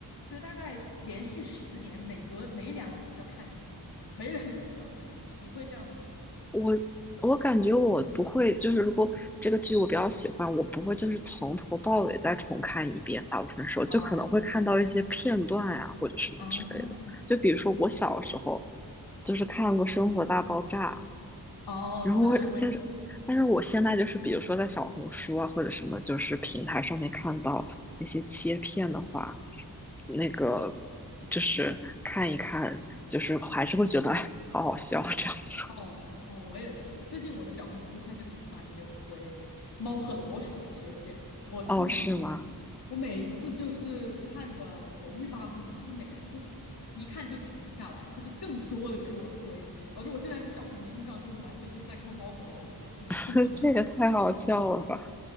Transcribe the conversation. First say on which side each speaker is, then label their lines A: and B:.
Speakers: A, on the left; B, in the centre.
A: 对，大概连续十年，每隔每两年就要看一次，每两年就要看一次。你会这样吗？
B: 我我感觉我不会，就是如果这个剧我比较喜欢，我不会就是从头到尾再重看一遍。大部分时候就可能会看到一些片段呀、
A: 哦
B: 或者什么之类的。
A: 啊，
B: 就比如说我小时候就是看过《生活大爆炸》，
A: 哦，
B: 然后我但是但是我现在就是比如说在小红书啊或者什么就是平台上面看到那些切片的话，
A: 对对对，我也。
B: 那个就是看一看，就是还是会觉得哎好好笑这样子。
A: 哦哦，我也是。最近我的小红书开始频繁的给我推猫和老鼠的切片，我嗯，
B: 哦，是吗？
A: 我每次就是看的我欲罢不能，就是每次一看就停不下来，它就更多的给我推，导致我现在在小红书上就是完全就是在看猫和老鼠，就是
B: <laughs>
A: <laughs>
B: 这个太好笑了吧？